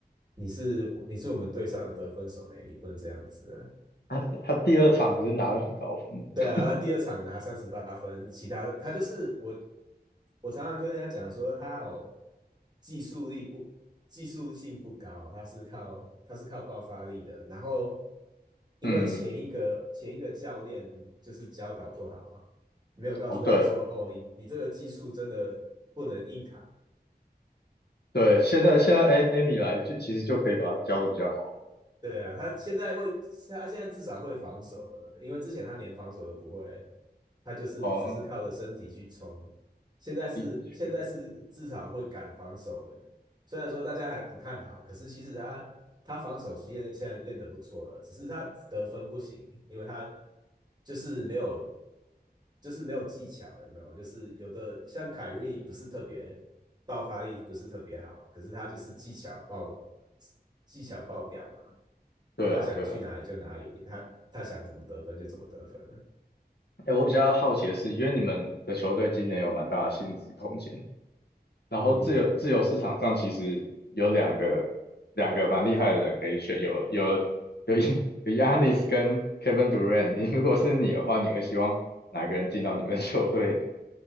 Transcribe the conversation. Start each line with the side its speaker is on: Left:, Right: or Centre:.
Right: 你是你是我们队上的得分手呢，你不能这样子啊。
Left: 他他第二场不是拿了很高分吗？
Right: 对啊，
Left: <laughs>
Right: 他第二场拿三十八分，其他的他就是我，我常常跟人家讲说，他有技术力不技术性不高，他是靠他是靠爆发力的。然后因为前一个前一个教练就是教导不好啊，
Left: 嗯，
Right: 没有告诉他说，
Left: 哦对
Right: 哦，你你这个技术真的不能硬扛，
Left: 对，现在现在艾艾米来就其实就可以把他教的比较好。
Right: 对啊，他现在会，他现在至少会防守了，因为之前他连防守都不会，他就是只是靠着身体去冲。
Left: 哦，
Right: 现在是现在是至少会敢防守了，
Left: 的确，
Right: 虽然说大家还不看好，可是其实他他防守现在现在变得不错了，只是他得分不行，因为他就是没有就是没有技巧，有没有？就是有的像凯瑞不是特别爆发力不是特别好，可是他就是技巧爆技巧爆表嘛。
Left: 对啊，
Right: 他想去哪里就哪里，
Left: 对啊。
Right: 他他想怎么得分就怎么得分了。
Left: 哎，我比较好奇的是，因为你们的球队今年有蛮大的薪资空间，然后自由自由市场上其实有两个两个蛮厉害的人可以选，
Right: 嗯，
Left: 有有有 <laughs> 有 Yanis 跟 Kevin Durant。你如果是你的话，你会希望哪一个人进到你们的球队